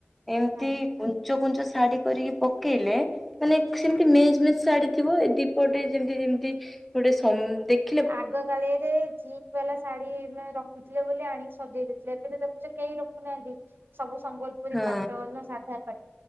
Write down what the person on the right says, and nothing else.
ହଁ
ଆଗ କାଳିଆରେ ଯିପି ହେଲା ଶାଢୀ ମାନେ ରଖୁଥିଲେ ବୋଲି ଆଣିି ସଜେଇ ଦେଇଥିଲେ ଏବେ ତ ଦେଖୁଛ କେହି ରଖୁନାହାନ୍ତି। ସବୁ ସମ୍ବଲପୁରୀ
ପାଟ ନା ସାଧା ପାଟ